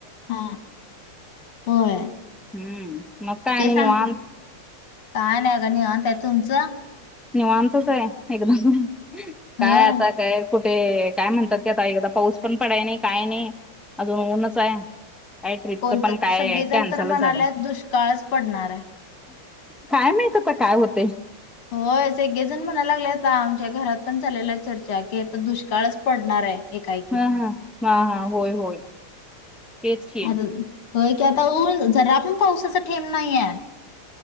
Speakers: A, on the left; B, in the centre.
A: हा होय
B: हम्म मग काय
A: ते
B: आणि
A: सांग
B: निवांत
A: काय नाही का निवांता तुमचं?
B: निवांतच आहे एकदम. काय
A: होय.
B: आता काय? कुठे काय म्हणतात ते आता एकादा पाऊस पण पडाय नाही काय नाही अजून ऊनच आहे. काय ट्रिपच
A: कोणतं
B: पण काय
A: सगळी जण
B: कॅन्सल
A: तर म्हणाल्या
B: झालं
A: दुष्काळच पडणार आहे.
B: काय माहित आता काय होते.
A: होय सगळेजण म्हणायला लागले आता आमच्या घरात पण चालेल्या आहे चर्चा की आता दुष्काळच पडणार आहे. एकाएकी
B: हा हा हा हा होय होय. तेच की
A: <unintelligible> आ हो की आता ऊन जरा आपण पाऊसच ठेम नाही आहे.